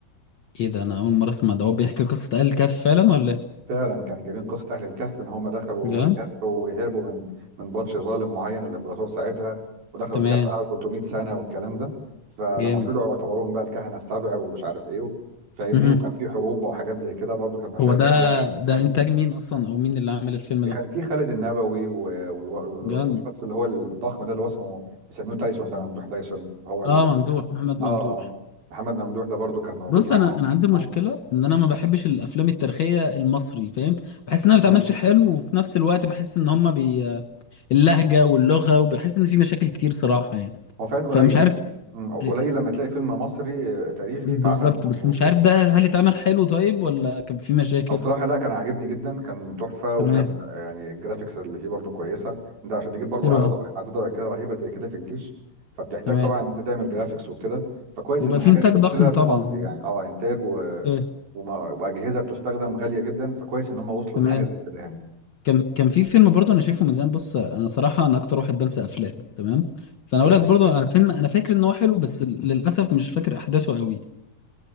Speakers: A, on the left (about 50°); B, on the right (about 85°).
A: ايه ده انا اول مرة اسمع ده هو بيحكي قصة آل كهف فعلا ولا ايه؟
B: فعلا كان جايبين قصة أهل الكهف إن هم دخلوا
A: بجد؟
B: الكهف وهربوا من من بطش ظالم معين الإمبراطور ساعتها ودخلوا
A: تمام
B: الكهف قعدوا 300 سنة والكلام ده فلما
A: جامد
B: طلعوا اعتبروهم بقى الكهنة السبع ومش عارف إيه فاهمني
A: مهم.
B: وكان في حروب بقى وحاجات زي كده برضو كان مشاهد
A: هو ده
B: حلوة
A: ده
B: مم.
A: انتاج مين اصلا او مين اللي عامل الفيلم
B: ده
A: ده؟
B: كان في خالد النبوي و- والو- وال-
A: بجد؟
B: والشخص اللي هو الضخم ده اللي هو اسمه بيسميه تايسون ده ممدوح تايسون هو ال...
A: اه ممدوح محمد
B: آه
A: ممدوح
B: آه محمد ممدوح ده برضو كان موجود
A: بص
B: معاهم
A: انا انا عندي مشكله
B: آه
A: ان انا ما بحبش الافلام التاريخيه المصري فاهم بحس انها ما
B: مم.
A: بتعملش حلو وفي نفس الوقت بحس ان هما بي... اللهجه واللغه وبحس ان في مشاكل كتير صراحه يعني
B: هو فعلا قليل
A: فمش عارف
B: مم، قليل
A: إيه،
B: لما تلاقي فيلم مصري آه، تاريخي
A: بالظبط
B: اتعمل مظبوط
A: بس مش
B: يعني
A: عارف ده هل اتعمل حلو طيب ولا كان في مشاكل
B: او بصراحه لا كان عاجبني جدا كان تحفه وكان
A: تمام
B: آه، يعني الجرافيكس اللي فيه برضو كويسه انت عشان تجيب برضو
A: حلو
B: اعداد
A: أوي.
B: اعداد كده رهيبه زي كده في الجيش فبتحتاج
A: تمام
B: طبعا ان انت تعمل جرافيكس وكده فكويس
A: وبقى
B: ان
A: في
B: حاجات
A: انتاج
B: زي
A: ضخم
B: كده في
A: طبعا
B: مصر يعني اه انتاج و...
A: إيه،
B: وما... واجهزه بتستخدم غاليه جدا فكويس ان هم وصلوا
A: تمام
B: لحاجه زي كده يعني
A: كان كان في فيلم برضه انا شايفه من زمان بص انا صراحه انا اكتر واحد بنسى افلام تمام فانا
B: تمام
A: اقول لك برضه على فيلم انا فاكر ان هو حلو بس للاسف مش فاكر احداثه قوي